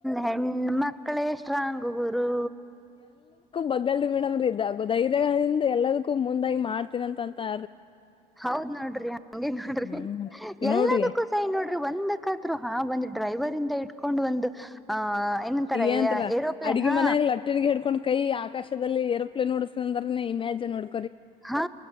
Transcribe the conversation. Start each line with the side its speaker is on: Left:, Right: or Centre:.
Centre: ಹೆಣ್ಮಕ್ಳ ಎಷ್ಟ ಹೆಣ್ಮಕ್ಳೆ ಸ್ಟ್ರಾಂಗು ಗುರು
Left: ಮೊದಲ್ರಿ ಮೇಡಮ್ ರೀ ಇದ ಧರ್ಯದಿಂದ ಎಲ್ಲದಕ್ಕೂ ಮುಂದಾಗಿ ಮಾಡ್ತೀನ ಅಂತ ಅಂತೀ
Centre: ಹೌದ್ ನೋಡ್ರಿ ಹಂಗಗೆ ನೋಡ್ರಿ
Left: ಹ್ಮ್ ಈ
Centre: ಎಲ್ಲದಕ್ಕೂ
Left: ನೋಡ್ರಿ
Centre: ಸೈ ನೋಡ್ರಿ ಒಂದಕ್ಕ ಹಾ ಒಂದ್ ಡ್ರೈವ ಇಂದ ಕಕೊಂಡ್ ಒಂದು ಆ <unintelligible>
Left: ಏನ ಅಂತರ
Centre: ಏರೋಪ್ಲೇನ್
Left: ಅಡಗಿ
Centre: ಹಾ
Left: ಮನ್ಯಾಗ್ ಲಟ್ಟಣಗಿ ಹಿಡ್ಕೊಂಡ್ ಕೈ ಆಕಾಶದಲ್ಲಿ ಎರರುಪ್ಲೆ ನೋಡಸಂದ್ರೆ ಇಮೇಜ್ ನೋಡ್
Centre: ಹಾ